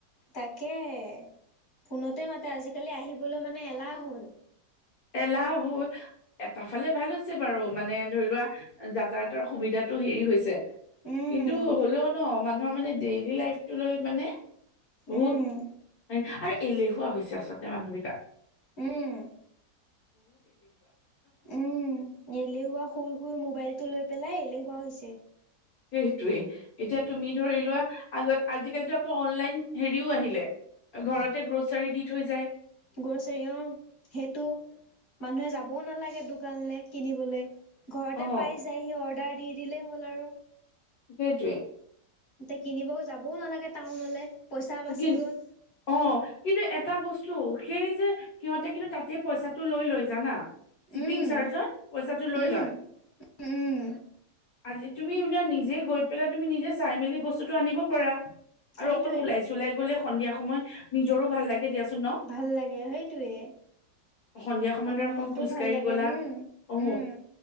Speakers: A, on the left; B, on the left.
A: তাকেহে ফোনতে মাতে আজিকালি আহিবলৈ মানে এলাহ হল
B: এলাহ হল এটা ফালে ভাল হৈছে বাৰু মানে ধৰি লোৱা যাক তাহাতৰ সুবিধাটো হেৰি হৈছে
A: উম
B: কিন্তু হ'লেও ন মান আমাৰ মানে ডেইলি লাইফটো লৈ মানে বহুত
A: উম
B: আৰে এলেহুৱা হৈছে আচলতে মানুহবিলাক
A: উম উম' এলেহুৱা শুই শুই মোবাইলটো লৈ। লৈ পেলাই এলেহুৱা হৈছে
B: সেইটোৱেই এতিয়া তুমি ধৰি লোৱা, আগত আজিকালিতো আকৌ অনলাইন হেৰিও আহিলে। ঘৰতে গ্ৰ'চাৰী দি থৈ যায়।
A: গৰু চৰিয় সেইটো মানুহে যাবও নালাগে দুখ কিনিবলে ঘৰতে
B: অ
A: পাই যায়হি অৰ্ডাৰ দি দিলেই হ'ল আৰু
B: সেইটোৱে
A: এয়া কিনিব যাবও নালাগে টাউনলে পইচা বাচি
B: কিন
A: গ'ল
B: অ কিন্তু এট এটা বস্তু সেই যে সিহঁতে কিন্তু তাতেই পইচাটো লৈ লয় জানা শিপিং
A: উম
B: চাৰ্জত পইচাটো লৈ
A: উম
B: লয়
A: উম,
B: আজি তুমি ওলা নিজে গৈ পেলাই তুমি নিজে চাই মেলি বস্তুটো আনিব পাৰা আৰু
A: সেইটোৱে
B: অকন ওলাইছ গলে সন্ধিয়া সময়, নিজৰো ভাল লাগে। দিয়াচোন ন
A: ভাল লাগে, সেইটোৱেই।
B: সন্ধিয়া সময়ত
A: অলপ
B: ধৰা অকণ
A: মনটোও
B: খোজকাঢ়ি
A: ভাল লাগে।
B: গ'লা
A: উম',
B: অ
A: উম'।